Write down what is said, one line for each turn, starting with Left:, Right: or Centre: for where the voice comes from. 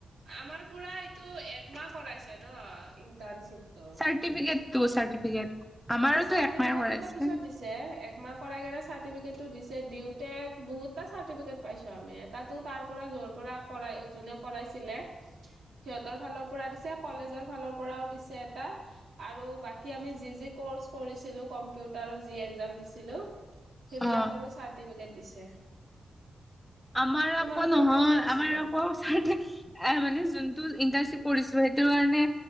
Right: আমাৰ পুৰা এইটো একমাহ কৰাইছে ন ইণ্টাৰ্ণশ্বিপ টো
Centre: চাৰ্টিফিকেটটো চাৰ্টিফিকেট আমাৰোতো
Right: চাৰ্টিফিকেটো
Centre: একমাহ কৰাইছে
Right: পিছত দিছ ছে একমাহ কৰাই চাৰ্টিফিকেট টো দিছে, দিওঁতে বহুতটা চাৰ্টিফিকেট পাইছো আমি, এটাতো তাৰ পৰা যৰ পৰা কৰাই যোনে কৰাইছিলে।
Centre: <inaudible>
Right: সিহঁতৰ ফালৰ পৰা দিছে, কলেজৰ ফালৰ পৰাও দিছে এটা। আৰু বাকী আমি যি, যি কৰ্চ কৰিছিলো কম্পিউটাৰৰ যি এক্সাম দিছিলো। সেইবিলাকৰো
Centre: অ
Right: চাৰ্টিফিকেট দিছে।
Centre: আমাৰ আকৌ
Right: তোমালোকৰনো
Centre: নহয়,
Right: কি হৈছিলে
Centre: আমাৰ আকৌ চৰ্টিফি এ মানে, যোনটো ইণ্টাৰ্শ্বিপ কৰিছোঁ, সেইটো কাৰণে